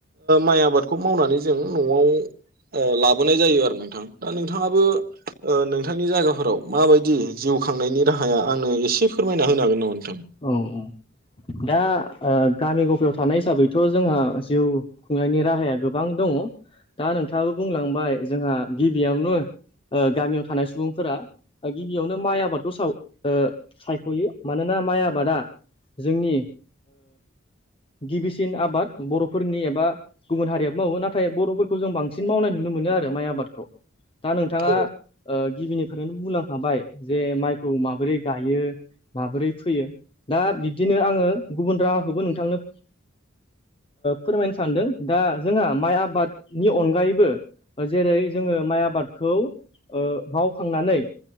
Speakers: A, on the right; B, on the left.
A: माइ आबादखौ मावनानै जों न'आव लाबोनाय जायो आरो नोंथां दा नोंथाङाबो नोंथांनि जायगाफोराव माबायदि जिउ खांनायनि राहाया आंनो एसे फोरमायना होनो हागोन नामा नोंथां
B: औ औ दा गामि गफायाव थानाय हिसाबैथ' जोंहा जिउ खुंनायनि राहाया गोबां दङ दा नोंथाङाबो बुंलांबाय जोंहा गिबियावनो गामियाव थानाय सुबुंफोरा गिबियावनो माइ आबादखौ स सायख'यो मानोना माइ आबाद आबादा जोंनि गिबिसिन आबाद बर'फोरनि एबा गुबुन हारिय मावो नाथाय बर'फोरखौ जों बांसिन मावनाय नुनो मोनो आरो माइ आबादखौ दा नोंथाङा
A: औ
B: गिबिनि नो बुंलांखाबाय जे माइखौ माबोरै गायो माबोरै फैयो दा बिब्दिनो आङो गुबुन राहाखौबो नोंथांनो फोरमायनो सानदों दा जोंहा माइ आबादनि अनगायैबो जेरै जोङो माइ आबादखौ मावखांनानै